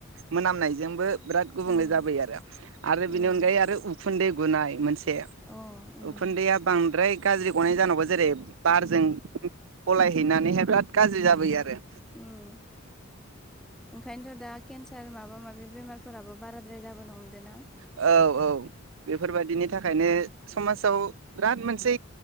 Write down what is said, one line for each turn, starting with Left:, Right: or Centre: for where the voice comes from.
Right: मोनामनायजोंबो बिराद गुबुंले
Centre: उम
Right: जाबोयोआरो आरो बेनि
Centre: उम
Right: अनगायै आरो उखुन्दै गुनाय मोनसे
Centre: अ उम
Right: उखुन्दैया बांद्राय गाज्रि गनाय जानांगौ जेरै बारजों गलायहैनानैहाय बिराद गाज्रि जाबोयोआरो
Centre: उम ओंखायनोथ दा केन्सार माबा माबि बेमार फोराबो बाराद्राय जाबोनो हमदों ना
Right: औ औ बेफोरबायदिनि थाखायनो समाजाव बिराद मोनसे